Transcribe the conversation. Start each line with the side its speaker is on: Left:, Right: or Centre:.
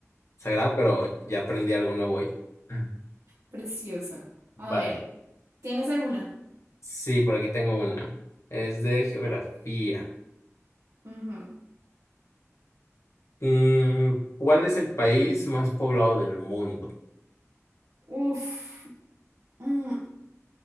Left: sagrada, pero ya aprendí algo nuevo hoy. <laughs>
Right: Preciosa. A
Left: Vale.
Right: ver, ¿tienes alguna?
Left: Sí, por aquí tengo una. Es de geografía.
Right: Ujú.
Left: Mm, ¿cuál es el país más poblado del mundo?
Right: Uf, mm,